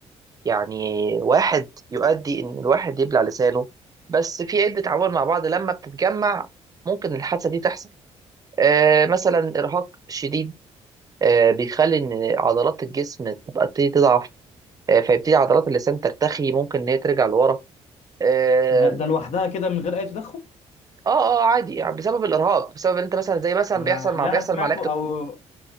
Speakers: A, on the right (about 30°); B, on the left (about 65°).
A: يعني واحد يؤدي ان الواحد يبلع لسانه بس في عدة عوامل مع بعض لما بتتجمع ممكن الحادثة دي تحصل آه، مثلا إرهاق شديد آه، بيخلي ان عضلات الجسم تبقى تبتدي تضعف آه، فيبتدي عضلات اللسان ترتخي ممكن ان هي ترجع لورا اه
B: ده ده لوحدها كده من غير اي تدخل
A: اه آه، عادي يعني بسبب الارهاق بسبب ان انت مثلا زي مثلا
B: أنا-
A: بيحصل مع
B: اللي
A: بيحصل
B: انا سمعته
A: مع لعيبه الك-
B: او اه